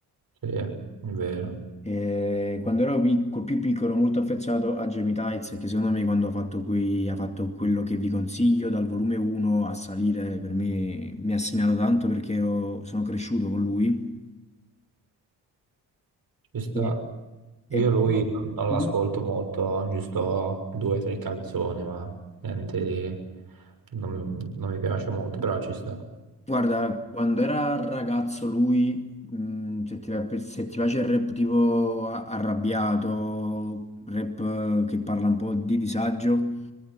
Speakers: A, on the right (about 55°); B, on the left (about 15°).
A: Sì, è vero.
B: Eh, quando ero picco- più piccolo, molto affezionato a Jamie Tights, che secondo me quando ha fatto, quei- ha fatto quello che vi consiglio, dal volume 1 a salire, per me mi ha segnato tanto perché ero- sono cresciuto con lui.
A: Ci sta.
B: E,
A: Io
B: e-
A: lui non, non
B: Mhm.
A: l'ascolto molto, giusto due o tre canzoni, ma niente di... Non, non mi piace molto, però ci sta.
B: guarda, quando era ragazzo lui, mh, se ti, va- se ti piace il rap tipo a- arrabbiato, rap eh, che parla un po' di disagio,